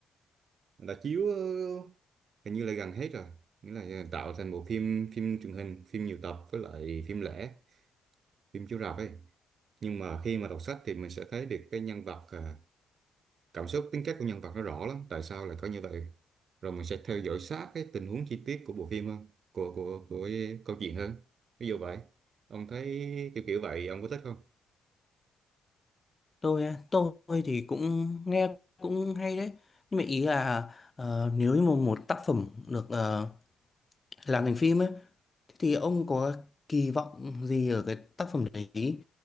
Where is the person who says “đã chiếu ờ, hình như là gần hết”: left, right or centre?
Right